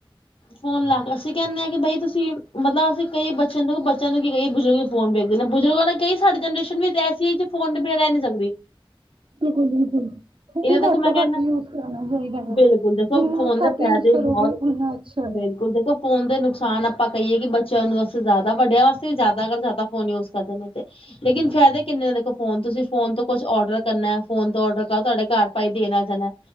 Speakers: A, on the left; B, on the right.
A: ਫੋਨ ਲਾਗਸੀ ਕਹਿੰਦੇ ਆ ਕਿ ਬਈ ਤੁਸੀਂ ਮਤਲਬ ਅਸੀਂ ਕਈ ਬੱਚਿਆਂ ਨੂੰ ਬੱਚਿਆਂ ਨੂੰ ਕੀ ਕਹੀਏ ਬਜ਼ੁਰਗ ਫੋਨ ਵੇਖਦੇ ਬਜ਼ੁਰਗਾਂ ਨੂੰ ਕਈ ਸਾਡੀ ਜਨਰੇਸ਼ਨ ਵੀ ਤਾਂ ਐਸੀ ਜੇ ਫੋਨ ਤੋਂ ਬਿਨਾ ਰਹਿ ਨੀ ਸਕਦੀ
B: ਬਿਲਕੁਲ ਬਿਲਕੁਲ ਫੋਨ
A: ਇਹਦੇ ਦੇਖੋ
B: ਘੱਟ
A: ਮੈਂ
B: ਤੋਂ
A: ਕਹਿੰਦਾ
B: ਘੱਟ ਯੂਜ ਕਰਨਾ ਚਾਹੀਦਾ ਹੈ।
A: ਬਿਲਕੁਲ ਦੇਖੋ
B: ਜਿੰਨਾ
A: ਫੋਨ ਦੇ
B: ਘੱਟ
A: ਫਾਇਦੇ
B: ਯੂਜ ਕਰੋਗੇ
A: ਬਹੁਤ
B: ਉਨਾ ਅੱਛਾ ਹੈ।
A: ਬਿਲਕੁਲ ਦੇਖੋ ਫੋਨ ਦੇ ਨੁਕਸਾਨ ਆਪਾਂ ਕਹੀਏ। ਕਿ ਬੱਚਿਆਂ ਨੂੰ ਵਾਸਤੇ ਜ਼ਿਆਦਾ ਵੱਡਿਆਂ ਵਾਸਤੇ ਵੀ ਜ਼ਿਆਦਾ ਅਗਰ ਜ਼ਿਆਦਾ ਫੋਨ ਯੂਜ ਕਰਦੇ ਨੇ ਤੇ। ਲੇਕਿਨ ਫਾਇਦੇ ਕਿੰਨੇ ਨੇ ਦੇਖੋ ਫੋਨ ਤੁਸੀਂ ਫੋਨ ਤੋਂ ਕੁਛ ਔਡਰ ਕਰਨਾ ਫੋਨ ਔਡਰ ਕਰੋ ਤੁਹਾਡੇ ਘਰ ਭਾਈ ਦੇਣ ਆ ਜਾਣਾ